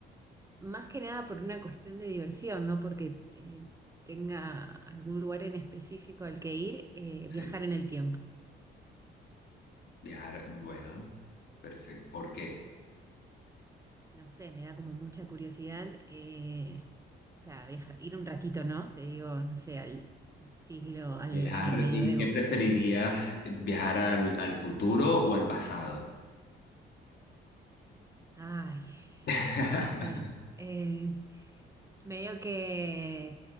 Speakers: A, on the right; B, on the left.
A: más que nada por una cuestión de diversión, no porque eh, tenga algún lugar en específico al que ir, eh,
B: Sí.
A: viajar en el tiempo.
B: Viajar, bueno, perfecto. ¿Por qué?
A: No sé, me da como mucha curiosidad, eh, o sea, viaja- ir un ratito, ¿no? Te digo, no sé, al siglo, al,
B: Viajar,
A: al medioevo,
B: ¿y qué preferirías?
A: ponele
B: ¿Viajar al, al futuro o al pasado?
A: Ay,
B: <laughs>
A: no sé. Eh, medio que